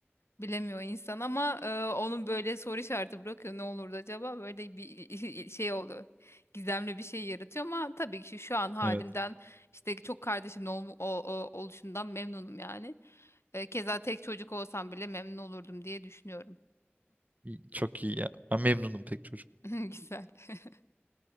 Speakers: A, on the left; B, on the right.
A: Bilemiyor insan ama e, onun böyle soru işareti bırakıyor. Ne olurdu acaba? Böyle bir <laughs> şey oluyor. Gizemli bir şey yaratıyor ama tabii ki şu an halimden
B: Evet.
A: işte çok kardeşimin ol, o, o- oluşundan memnunum yani. E, keza tek çocuk olsam bile memnun olurdum diye düşünüyorum.
B: İyi- Çok iyi ya. Ben memnunum tek çocuk.
A: <laughs> Güzel. <laughs>